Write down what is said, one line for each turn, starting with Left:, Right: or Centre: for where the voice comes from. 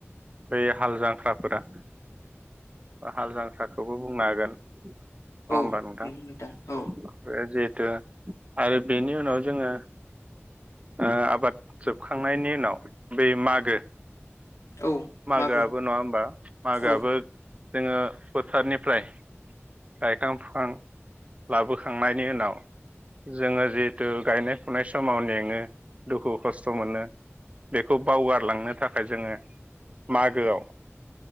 Right: बै हाल जांख्लाफोरा हाल जांख्राखौबो बुंनो हागोन <inaudible> अ
Left: औ
Right: होमबा नोंथां
Left: नोंथां औ
Right: आरो बेनि उनाव जोङो ओ आबाद जोबखांनायनि उनाव बै मागो
Left: औ
Right: मागोआबो
Left: मागो
Right: नङा होमबा मागोआबो
Left: औ
Right: जोङो फोथारनिफ्राय गायखां फुखां लाबोखांनायनि उनाव जोङो जिहेथु गायनाय फुनाय समाव मेङो दुखु खस्थ' मोनो बेखौ बावगारलांनो थाखाय जोङो मागोआव